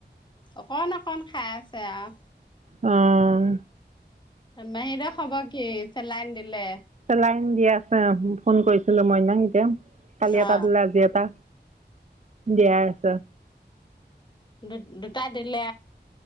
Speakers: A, on the left; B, on the right.
A: অকণ অকন খাই আছে আহ
B: অঁ
A: মাহীদক হব কি চেলাইন দিলে
B: লাইন দিয়া আছে ফোন কৰিছিলো মইনা কালি
A: অ
B: এটা দে আজি এটা দিয়াই আছ
A: দু দুটা দিলিল